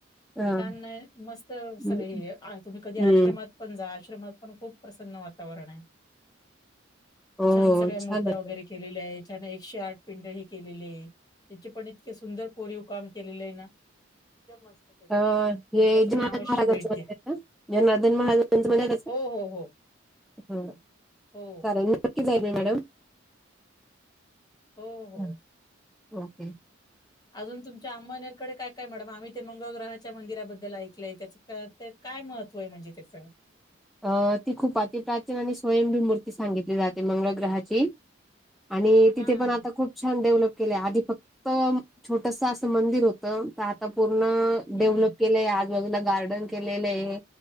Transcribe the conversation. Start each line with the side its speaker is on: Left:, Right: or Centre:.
Centre: हां
Left: छान नाही मस्त सगळे
Centre: हं,
Left: तुम्ही कधी आश्रमात
Centre: हं.
Left: पंज आश्रमात पण खूप प्रसन्न वातावरण आहे.
Centre: हो
Left: छान सगळ्या मूर्त्या
Centre: छान होत.
Left: वगैरे केलेले आहे छान एकशे आठ पिंड ही केलेली आहे त्याची पण इतके सुंदर कोरीव काम केलेले आहे ना एकदम मस्त केलेलं
Centre: अ
Left: आहे.
Centre: हे
Left: एकदा तुम्ही
Centre: जनार्दन
Left: अवश्य
Centre: महारजांचं
Left: भेट द्या.
Centre: म्हणज ना जननादन महाराजांचं म्हण
Left: हो हो हो.
Centre: हम
Left: हो
Centre: सले मॅडम.
Left: हो हो्
Centre: हं, ओके
Left: अजून तुमच्या आंबानेरकडे काय काय मॅडम आम्ही ते मंगळग्रहाच्या मंदिराबद्दल ऐकलंय त्या तर काय महत्व आहे म्हणजे त्याचं
Centre: अ ती खूप अतिप्राचीन आणि स्वयंभी मूर्ती सांगितली जाते मंगळ ग्रहाची आणि तिथे
Left: हां,
Centre: पण
Left: हां.
Centre: आता खूप छान डेव्हलप केले आधी फक्त छोटस असं मंदिर होत तर आता पूर्ण
Left: हं,
Centre: डेव्हलप
Left: हं.
Centre: केलंय आजबाजूला गार्डन केलेलं आहे